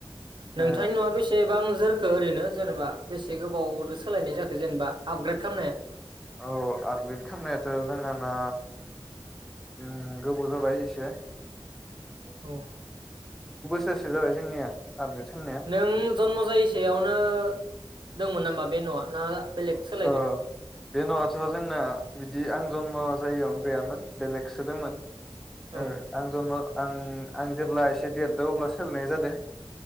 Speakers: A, on the right; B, in the centre.
A: नोंथांनि
B: ओ
A: न'आ बेसेबां जोरखो ओरैनो जेनेबा बेसे गोबावदो सोलायनाय जाखो जेनेबा आपग्रेड खालामनाया?
B: औ आपग्रेड खालामनायाथ' जोंहाना ओम गोबाव जाबाय एसे
A: औ
B: सोरसो जाबाय जोंनिया आपग्रेड खालामनाया
A: नों जन्म जायैसेयावनो दोंमोन नामा? बे न'आ ना बेलेग सोलायदो
B: अ बे न'आथ' जोंना बिदि आं जन्म जायैयावनो गैयामोन बेलेगसो दोंमोन। ए
A: औ
B: आं ज आं आं जेब्ला एसे देरद अब्ला सोलायनाय जादों।